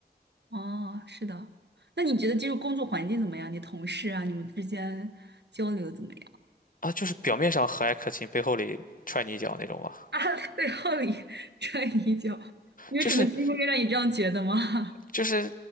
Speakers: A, on the right (about 80°); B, on the left (about 55°).
A: 哦，是的。那你觉得这个工作环境怎么样？你同事啊，你们之间交流怎么样？
B: 啊，就是表面上和蔼可亲，背后里踹你一脚那种吧。
A: <laughs> 啊，背后里踹你一脚 <laughs>，你有什么经历让你这样觉得吗？
B: 就是
A: <laughs>
B: 就是，